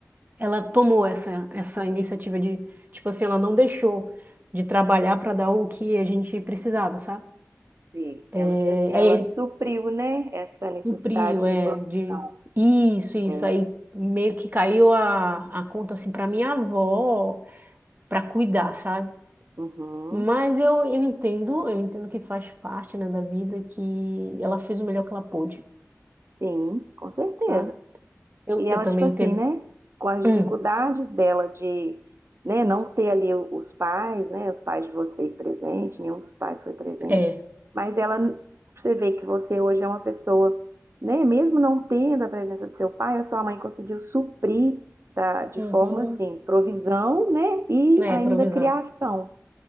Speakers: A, on the right; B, on the right.
A: Ela tomou essa, essa iniciativa de, tipo assim, ela não deixou de trabalhar para dar o que a gente precisava, sabe?
B: Sim, ela,
A: É,
B: tipo assim, ela
A: aí ele
B: supriu, né, essa necessidade
A: cumpriu,
B: de
A: é,
B: produção.
A: de isso, isso.
B: É,
A: Aí meio que caiu a, a conta, assim, para minha avó, para cuidar, sabe?
B: uhum,
A: Mas eu, eu entendo, eu entendo que faz parte, né, da vida, que ela fez o melhor que ela pôde,
B: sim, com certeza.
A: sabe? Eu,
B: E ela,
A: eu também
B: tipo assim,
A: entendo.
B: né, com as dificuldades
A: Hum,
B: dela de, né, não ter ali o- os pais, né, os pais de vocês presentes, nenhum dos pais foi presente,
A: é.
B: mas ela, você vê que você hoje é uma pessoa, né, mesmo não tendo a presença do seu pai, a sua mãe conseguiu suprir da, de
A: Uhum.
B: forma, assim, provisão, né, e
A: É,
B: ainda
A: provisão.
B: criação.